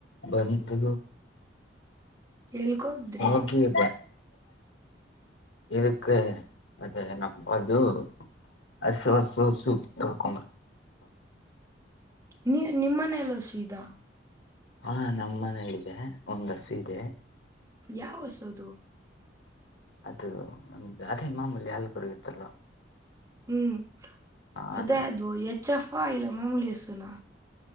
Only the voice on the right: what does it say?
ಎಲ್ಗೋಗಿದ್ರಿ
ನೀ ನಿಮ್ಮನೇಲೀ ಹಸು ಇದಾ
ಯಾವ ಹಸು ಅದು.
ಹ್ಮ್
ಅದೇ ಅದು ಎಚ್ ಎಫ್ ಇಲ್ಲ ಮಾಮೂಲಿ ಹಸುನಾ